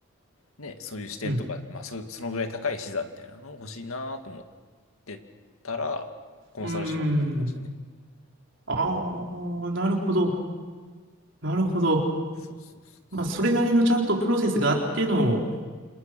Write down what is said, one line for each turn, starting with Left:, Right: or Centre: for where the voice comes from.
Left: ね、そういう視点とか、
Right: うん。
Left: まあそ、そのぐらい高い視座みたいなのを欲しいなと思ってたら、コンサル志望になってましたね。
Right: うーん。ああ、なるほど。なるほど。
Left: そうそうそう。
Right: まあ、それなりのちゃんとプロセスがあっての